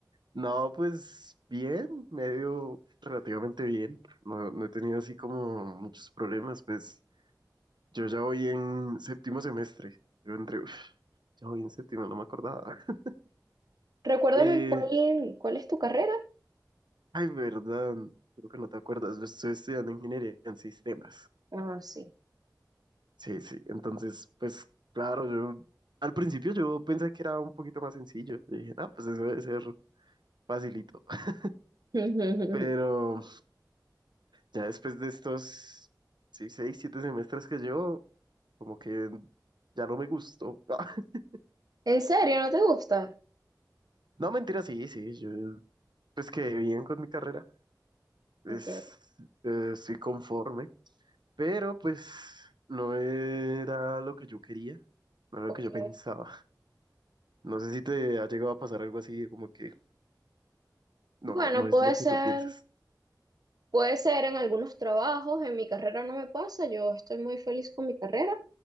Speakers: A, on the right; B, on the right.
A: No, pues bien, me ha ido relativamente bien. No, no he tenido así como muchos problemas, pues yo ya voy en séptimo semestre. Yo entré, uf, ya voy en séptimo, no me acordaba. <laughs>
B: Recuérdame
A: Eh,
B: cuál, cuál es tu carrera.
A: ay, verdad, creo que no te acuerdas, yo estoy estudiando ingeniería en sistemas.
B: Ah, sí.
A: Sí, sí. Entonces, pues claro, yo al principio yo pensé que era un poquito más sencillo. Yo dije, ah, pues eso debe ser facilito. <laughs>
B: <laughs> ¿En
A: Pero ya después de estos, sí, seis, siete semestres que llevo, como que ya no me gustó. <laughs>
B: serio? ¿No te gusta?
A: No, mentira, sí, sí, yo pues quedé bien con mi carrera. Es,
B: Ok,
A: eh, estoy conforme, pero pues no era lo que yo quería, no era
B: ok.
A: lo que yo pensaba. No sé si te ha llegado a pasar algo así, como que No,
B: Bueno,
A: no es
B: puede
A: lo que
B: ser,
A: tú piensas.
B: puede ser en algunos trabajos. En mi carrera no me pasa. Yo estoy muy feliz con mi carrera.